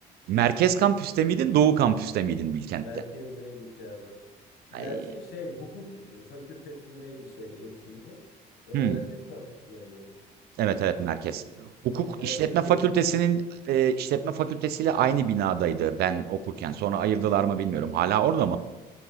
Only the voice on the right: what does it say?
Merkez kampüste miydin, Doğu kampüste miydin Bilkent'te?
Ay,
Hmm,
evet evet merkez. Hukuk
işletme Fakültesinin
eee, işletme fakültesiyle aynı binadaydı ben okurken.
Sonra ayırdılar mı bilmiyorum. Hala orada mı?